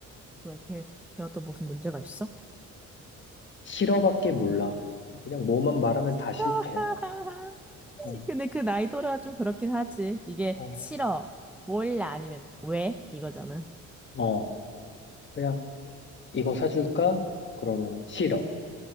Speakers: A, in the centre; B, on the left.
A: 왜 걔, 걔가 또 무슨 문제가 있어?
B: 싫어밖에 몰라. 그냥 뭐만 말하면 다
A: <laughs>
B: 싫대. 어,
A: 근데 그 나이 또래가 좀 그렇긴 하지. 이게
B: 어,
A: 싫어, 몰라, 아니면 왜? 이거잖아.
B: 어. 그냥 이거 사줄까? 그러면 싫어.